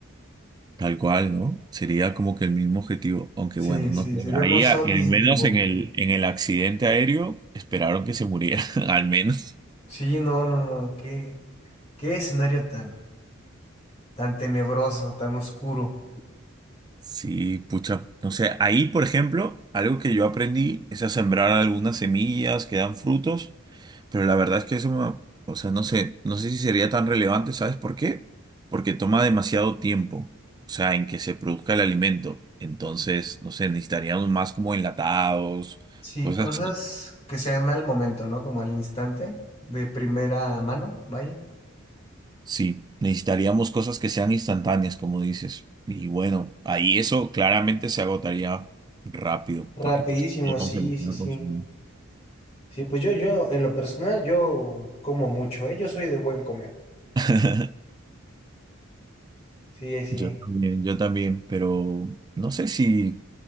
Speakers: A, on the right (about 20°); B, on the left (about 30°).
A: Tal cual, ¿no? Sería como que el mismo objetivo, aunque
B: Sí,
A: bueno,
B: sí,
A: no sé.
B: seríamos
A: Ahí, a-
B: zombies
A: al menos
B: vivos.
A: en el, en el accidente aéreo, esperaron que se muriera, <laughs> al menos.
B: Sí, no, no, no. Qué, qué escenario tan, tan tenebroso, tan oscuro.
A: Sí, pucha. No sé, ahí, por ejemplo, algo que yo aprendí es a sembrar algunas semillas que dan frutos. Pero la verdad es que eso, me- o sea, no sé, no sé si sería tan relevante, ¿sabes por qué? Porque toma demasiado tiempo, o sea, en que se produzca el alimento. Entonces, no sé, necesitaríamos más como enlatados,
B: Sí,
A: cosas
B: cosas
A: así.
B: que sean al momento, ¿no? Como al instante, de primera mano, vaya.
A: Sí, necesitaríamos cosas que sean instantáneas, como dices. Y bueno, ahí eso claramente se agotaría rápido,
B: Rapidísimo,
A: porque pues lo vamos
B: sí,
A: a empezar
B: sí,
A: a
B: sí.
A: consumir.
B: Sí, pues yo, yo, en lo personal, yo como mucho, ¿eh? Yo soy de buen comer.
A: <laughs>
B: Sí, sí.
A: Yo también, yo también, pero no sé si